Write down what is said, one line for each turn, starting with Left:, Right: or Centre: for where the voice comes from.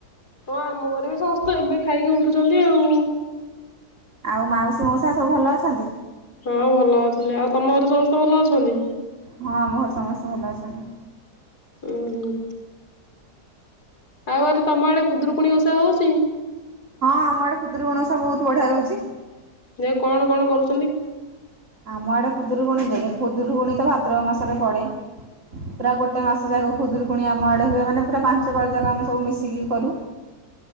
Left: ହଁ ଆମ ଘରେ ବି ସମସ୍ତେ ଏବେ ଖାଇକି ଉଠୁଛନ୍ତି ଆଉ।
Right: ଆଉ ମାଉସୀ ମଉସା ସବୁ ଭଲ ଅଛନ୍ତି?
Left: ହଁ ଭଲ ଅଛନ୍ତି। ଆଉ ତମ ଘରେ ସମସ୍ତେ ଭଲ ଅଛନ୍ତି?
Right: ହଁ ଆମ ଘରେ ସମସ୍ତେ ଭଲ ଅଛନ୍ତି।
Left: ଉଁ ହୁଁ। ମୁଁ କହିଲି ତମ ଆଡେ ଖୁଦୁରୁକୁଣି ଓଷା ହଉଛି?
Right: ହଁ ଆମ ଆଡେ ଖୁଦୁରୁକୁଣୀ ଓଷା ବହୁତୁ ବଢିଆରେ ହଉଛି।
Left: ଯେ କଣ କଣ କରୁଛନ୍ତି?
Right: ଆମ ଆଡେ ଖୁଦୁରୁକୁଣୀ ଦେଖେ ଖୁଦୁରୁକୁଣୀ ତ ଭାଦ୍ରବ ମାସରେ ପଡେ। ପୁରା ଗୋଟେ ମାସ ଯାକ ଖୁଦୁରୁକୁଣୀ ଆମ ଆଡେ ହୁଏ। ମାନେ ପୁରା ପାଞ୍ଚପାଳି ଯାକ ଆମେ ସବୁ ମିଶିକି କରୁ।